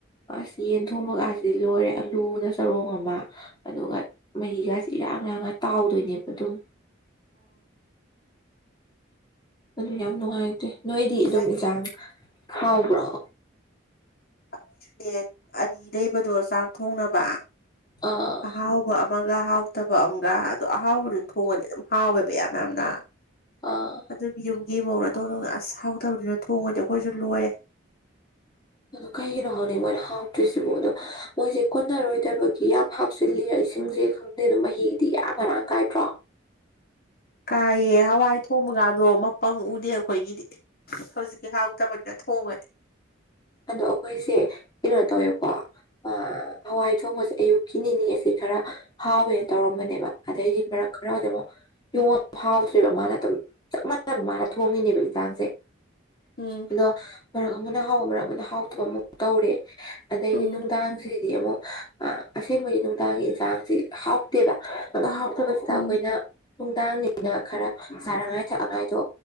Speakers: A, on the left (about 20°); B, on the left (about 50°).
A: ꯑꯁ ꯌꯦꯟ ꯊꯣꯡꯕꯒꯁꯤꯗꯤ ꯂꯣꯏꯔꯦ ꯑꯂꯨꯅ ꯆꯔꯣꯡ ꯑꯃ ꯑꯗꯨꯒ ꯃꯍꯤꯒꯁꯤ ꯏꯔꯥꯡ ꯂꯔꯥꯡꯒ ꯇꯥꯎꯗꯣꯏꯅꯦꯕ ꯑꯗꯨꯝ
B: ꯑ <inaudible>
A: ꯑꯗꯨ ꯌꯥꯝ ꯅꯨꯡꯉꯥꯏꯇꯦ ꯅꯣꯏꯗꯤ
B: ꯃꯨꯛꯇꯤ
A: ꯑꯗꯨꯝ
B: ꯍꯥꯏꯗꯤ
A: ꯏꯟꯁꯥꯡ ꯍꯥꯎꯕ꯭ꯔꫭ
B: ꯑꯩꯈꯣꯏꯁꯨꯅꯦ ꯑꯅꯤ ꯂꯩꯕꯗꯣ ꯆꯥꯛ ꯊꯣꯡꯅꯕ
A: ꯑꯥ
B: ꯑꯍꯥꯎꯕ ꯑꯃꯒ ꯍꯥꯎꯇꯕ ꯑꯃꯒ ꯑꯗꯣ ꯑꯍꯥꯎꯕ ꯑꯗꯨꯝ ꯊꯣꯡꯉꯗꯤ ꯑꯗꯨꯝ ꯍꯥꯎꯋꯦꯕ ꯌꯥꯝ ꯌꯥꯝꯅ <inaudible>
A: ꯑꯥ
B: ꯑꯗꯨꯝ ꯌꯨꯝꯒꯤ ꯃꯧ ꯑꯇꯣꯝꯕꯤꯅꯥ <unintelligible> ꯑꯁ ꯍꯥꯎꯇꯕꯗꯨꯅ ꯊꯣꯡꯉꯗꯤ ꯑꯩꯈꯣꯏꯁꯨ ꯂꯣꯏꯔꯦ
A: ꯑꯗꯨ ꯀꯩꯒꯤꯅꯣ ꯍꯥꯏꯅꯤꯡ <unintelligible> ꯃꯣꯏꯅ ꯍꯥꯎꯇ꯭ꯔꯤꯁꯤꯕꯣ ꯑꯗꯣ ꯃꯣꯏꯁꯦ ꯀꯣꯟꯅꯔꯣꯏꯗꯕꯒꯤ ꯌꯥꯝ ꯍꯥꯞꯆꯤꯜꯂꯤꯔ ꯏꯁꯤꯡꯁꯦ <unintelligible> ꯑꯗꯨ ꯃꯍꯤꯗꯤ ꯀꯌꯥ ꯃꯔꯥꯡ ꯀꯥꯏꯗ꯭ꯔꯣ
B: ꯀꯥꯏꯌꯦ ꯍꯋꯥꯏ ꯊꯣꯡꯕ ꯀꯥꯏꯗꯣ ꯃꯄꯪ ꯎꯗꯦ ꯑꯩꯈꯣꯏꯒꯤꯗꯤ ꯍꯧꯖꯤꯛꯀꯤ ꯍꯥꯎꯇꯕꯗꯨꯅ ꯊꯣꯡꯉꯗꯤ
A: ꯑꯗꯣ ꯑꯩꯈꯣꯏꯁꯦ ꯀꯩꯅꯣ ꯇꯧꯋꯦꯀꯣ ꯑꯥ ꯍꯋꯥꯏ ꯊꯣꯡꯕꯁꯦ ꯑꯌꯨꯛꯀꯤ ꯅꯤꯅꯤꯁꯤ ꯈꯔꯥ ꯍꯥꯎꯋꯦꯅ ꯇꯧꯔꯝꯕꯅꯦꯕ ꯑꯗꯩꯗꯤ ꯃꯔꯛ ꯈꯔꯗ ꯑꯃꯨꯛ ꯍꯥꯎꯗ꯭ꯔꯦꯕ ꯃꯥꯅ ꯑꯗꯨꯝ ꯆꯞ ꯃꯥꯟꯅꯅ ꯃꯥꯅ ꯊꯣꯡꯉꯤꯅꯦꯕ ꯌꯦꯟꯖꯥꯡꯁꯦ
B: ꯎꯝ
A: ꯑꯗꯣ ꯃꯔꯛ ꯑꯃꯅ ꯍꯥꯎꯕ ꯃꯔꯛ ꯑꯃꯅ ꯍꯥꯎꯇꯕ ꯑꯃꯨꯛ ꯇꯧꯔꯦ ꯑꯗꯒꯤ
B: ꯎꯝ
A: ꯅꯨꯡꯗꯥꯡꯁꯤꯗꯤ ꯑꯃꯨꯛ ꯑꯁꯦꯡꯕꯒꯤ ꯅꯨꯡꯗꯥꯡꯒꯤ ꯏꯟꯁꯥꯡꯁꯤ ꯍꯥꯎꯇꯦꯕ ꯑ ꯍꯥꯎꯇꯕꯁꯤꯗ
B: ꯎꯝ
A: ꯑꯩꯈꯣꯏꯅ ꯅꯨꯡꯗꯥꯡꯅꯤꯅ ꯈꯔ ꯆꯥꯅꯉꯥꯏ ꯊꯛꯅꯤꯡꯉꯥꯏꯗꯣ